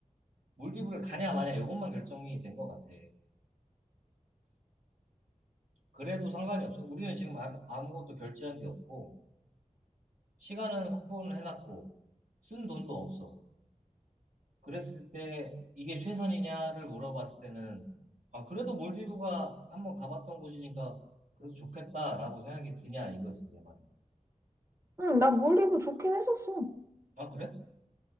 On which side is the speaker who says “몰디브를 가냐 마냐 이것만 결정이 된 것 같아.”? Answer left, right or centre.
Right